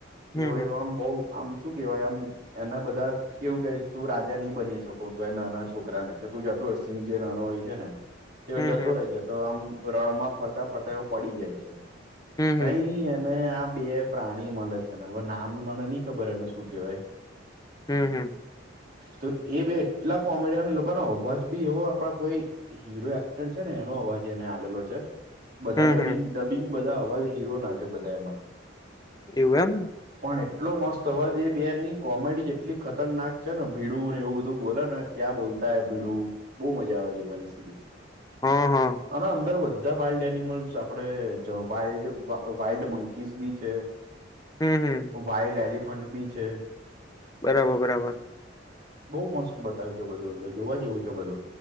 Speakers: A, on the left; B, on the right.
A: હમ
B: એવ એ આમ બઉ આમ શું કેવાય આમ એના બધા. એવું કહે તું રાજા નહી બની શકો તું એ નાના છોકરાને કે તું જતો હો સિંહ જે નાનો હોય છે ને એમ. તેઓ
A: હમ
B: જતો રહે છે તો આમ રણમાં ફરતા ફરતા એવ પડી જાય છે.
A: હમ
B: તઈ
A: હમ હમ
B: અને આ બે. પ્રાણી મળે છે ને હવે નામ મને નહી ખબર એને શું કેહેવાય.
A: હમ હમ.
B: તો એ બે એટલા કોમેડયન એ લોકોનો અવાજ બી એવો આપણા કોઈ. હીરો એક્ટર છે ને એનો અવાજ એને આવેલો છે. બધા
A: હમ
B: ડબિંગ
A: હમ હમ
B: ડબિંગ બધા અવાજ હીરો ના છે બધા એમાં.
A: એવું એમ.
B: પણ એટલો મસ્ત હવાજે બેની કોમેડી. એટલી ખતરનાક છે ને ભીડુંને એવું બધું બોલે ને ક્યાં બોલતા હ ભીડું. બહુ મજા આવે છે બવાની સુધી.
A: હા હા.
B: અને અંદર બધા વાઇલ્ડ એનિમલ્સ આપણે વાઇલ્ડ વાઈલ્ડ મંકીસબી છે.
A: હમ હમ.
B: વાઈલ્ડ એલિફન્ટબી છે.
A: બરાબર બરાબર.
B: બહુ મસ્ત બતાવ્યું છે બધું અંદર જોવા જેવું છે બધું.